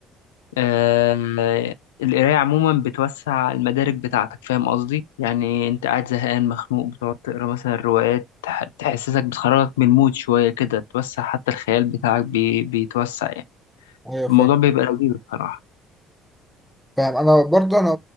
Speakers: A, on the left (about 80°); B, in the centre.
A: أه القرايه عموما بتوسع المدارك بتاعتك فاهم قصدي يعني انت قاعد زهقان مخنوق بتقعد تقرا مثلا روايات تح- تحسسك بتخرجك من المود شويه كده توسع حتى الخيال بتاعك بي... بيتوسع يعني
B: ايوه
A: الموضوع
B: فاهم
A: بيبقى لذيذ بصراحه
B: فاهم انا برضه انا